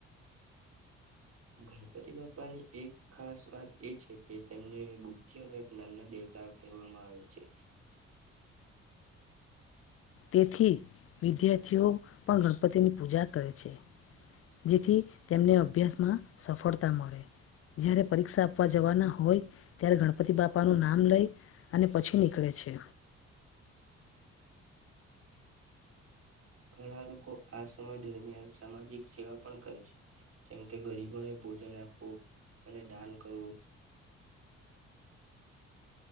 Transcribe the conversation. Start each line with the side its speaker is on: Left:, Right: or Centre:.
Right: ગણપતિ બાપાની એક ખાસ વાત એ છે કે, તેમને બુદ્ધિ અને જ્ઞાનના દેવતા કેહવામાં આવે છે.
Left: તેથી વિદ્યાર્થીઓ પણ ગણપતિની પૂજા કરે છે. જેથી તેમને અભ્યાસમાં સફળતા મળે જય્યારે પરીક્ષા આપવા જવાના હોય ત્યારે ગણપતિ બાપાનું નામ લઈ. અને પછી નીકળે છે.
Right: ઘણા લોકો આ સમય દરમિયાન સામાજિક સેવા પણ કરે છે. જેમ કે ગરીબોને ભોજન આપવું, અને દાન કરવું.